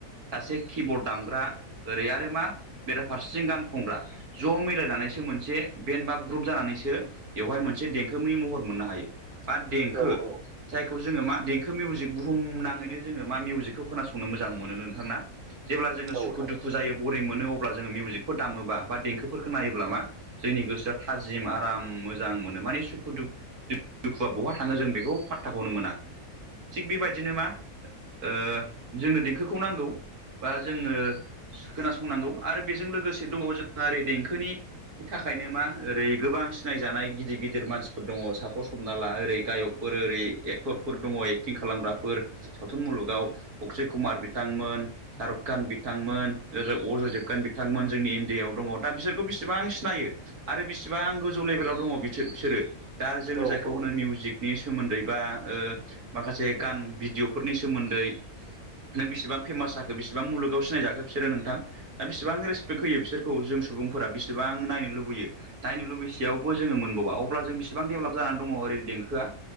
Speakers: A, on the right (about 75°); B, on the right (about 45°).
A: सासे किबर्ड दामग्रा ओरै आरो मा बेराफारसेथिं गान खनग्रा ज' मिलायनानैसो मोनसे बेन बा ग्रुप जानानैसो बेवहाय मोन से देंखोनि महर मोननो हायो बा देंखो
B: औ औ
A: जायखौ जोङो मा देंखो मिउजिक बुहुम नाङैनो जोङो मा मिउजिकखौ खोनासंनो मोजां मोनो नोंथां ना? जेब्ला जोङो सुखु
B: औ थारैनो
A: दुखु जायो बरिं मोनो अब्ला जोङो मिउजिकफोर दामोबा बा देंखोफोरखौ नायोब्ला मा जोंनि गोसोआ थाजिम आराम मोजां मोनो। माने सुखु दुखुआ बहा थाङो जों बेखौ फात्थाखौनो मोना। थिग बेबायदिनो मा ओ जोंनो देंखोखौ नांगौ बा जोंङो खोनासंनांगौ आरो बेजों लोगोसे दङ जोंहा ओरै देंखोनि नि थाखायनो मा ओरै गोबां सिनायजानाय गिदिर गिदिर मानसिफोर दङ सापस हमना ला ओरै गायकफोर ओरै एक्टरफोर दङ एक्टिं खालामग्राफोर सावथुन मुलुगाव अक्षय कुमार बिथांमोन शाहरुख खान बिथांमोन ओ अजयदेबगान बिथांमोन जोंनि इण्डियाआव दङ दा बिसोरखौ बेसिबां सिनायो आरो बिसिबां गोजौ लेभेलाव दङ बिसो बिसोरो दा जोङो
B: औ
A: जायखौ
B: औ
A: खुनु मिउजिकनि सोमोन्दै बा ओ माखासे गान भिडिअ'फोरनि सोमोन्दै बिसोबां फेमास जाखो बेसेबां मुलुगाव सिनायजाखो बिसोरो नोंथां? दा बेसेबां रेसपेक्ट होयो बिसोरखौ जों सुबुंफोरा बेसेबां नायनो लुबैयो। नायनो लुबैसेयावबो जोङो मोन अब्ला जों बेसेबां डेभेलप जानानै दङ ओरै देंखोआ